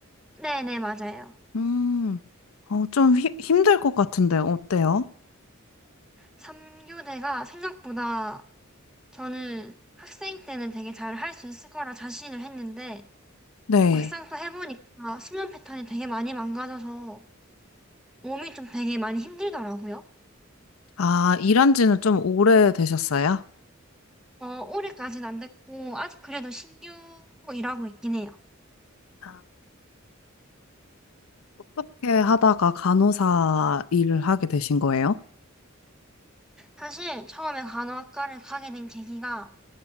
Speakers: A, in the centre; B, on the left.
A: 네네, 맞아요.
B: 음, 어, 좀 히, 힘들 것 같은데, 어때요?
A: 3교대가 생각보다 저는 학생 때는 되게 잘 할 수 있을 거라 자신을 했는데,
B: 네.
A: 막상 또 해보니까 수면 패턴이 되게 많이 망가져서 몸이 좀 되게 많이 힘들더라고요.
B: 아, 일한 지는 좀 오래 되셨어요?
A: 어, 올해까지는 안 됐고, 아직 그래도 신규로 일하고 있긴 해요.
B: 아, 어떻게 하다가 간호사 일을 하게 되신 거예요?
A: 사실 처음에 간호학과를 가게 된 계기가